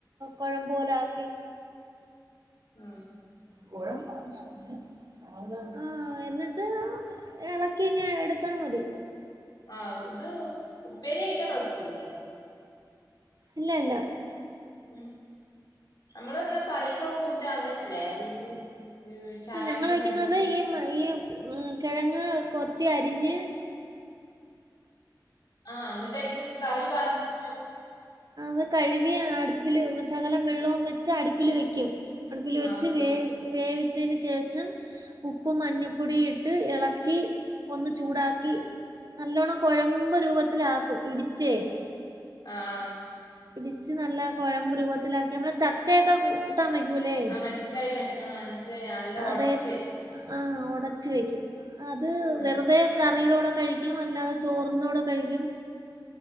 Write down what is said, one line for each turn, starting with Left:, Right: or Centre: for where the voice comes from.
Right: കൊഴമ്പ് പോലൊക്കി
Left: ആഹ്!
Right: ഗരം <inaudible> ആഹ്! എന്നിട്ട് ഇളക്കി ഇഞ്ഞ് എടുത്താ മതി
Left: ആഹ്! ഇത് ഉപ്പേരിയാക്കാൻ ഒക്കില്ലേ?
Right: ഇല്ല! ഇല്ല!
Left: ഉം.. നമ്മള എന്നാ കറിക്ക്കൂട്ടാ അങ്ങനെയല്ലേ? ഉമ് ചായക്ക്
Right: ഞങ്ങള് വെക്കുന്നത്
Left: കടിക്ക്
Right: ഈ ഈ കിഴങ്ങ് കൊത്തി അരിഞ്ഞ്
Left: ആ ന്നിട്ടൈക്ക് കറി പാർ <inaudible> ച്ചു
Right: അത് കഴുവി അടുപ്പില് ശകലം വെള്ളോം വെച്ച് അടുപ്പില് വെക്കും അടുപ്പില് വെച്ച്
Left: ആഹ് ഉപ്പിട്ടിട്ട്
Right: വേ വേവിച്ചയ്ന് ശേഷം ഉപ്പും മഞ്ഞപ്പൊടീയി ട്ട് എളക്കി ഒന്ന് ചൂടാക്കി നല്ലോണം കൊഴമ്പ് രൂപത്തില ഇടിച്ചേ
Left: ആഹ് ആഹ്
Right: രിച്ച് നല്ല കൊഴമ്പ് രൂപത്തിലാക്കി നമ്മള ച കൂട്ടാൻ വയ്ക്കൂല്ലേ
Left: ആഹ്! മനസ്സിലായി ആ മനസ്സിലായി നല്ല
Right: അതേ
Left: ഒടച്ച്
Right: ആഹ് ഒടച് വെക്കും അത്
Left: ആ
Right: വെറുതെ കറീടോടെ കഴിക്കും അല്ലാതെ ചോറിന്റോടെ കഴിക്കും